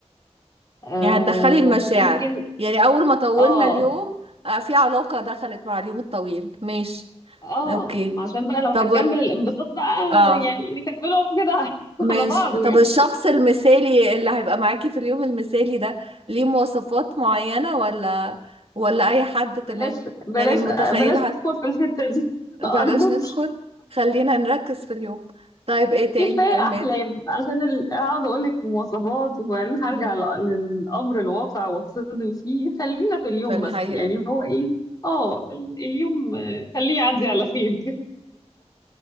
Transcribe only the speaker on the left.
آه
ممكن
اه
اه
ما عشان بقى لو
هنكمل
الانبساط بقى
يعني نكمله كده <laughs>
على بعضه
يعني.
بلاش
بلاش
بلاش
تدخل في الحتة دي <laughs>
أرجوك
كفاية
أحلام عشان ال- أقعد أقولك في مواصفات وبعدين هرجع
ل- للأمر الواقع وأتصدم فيه خلينا في اليوم
بس يعني هو إيه آه ال- اليوم آه، خليه يعدي على خير كده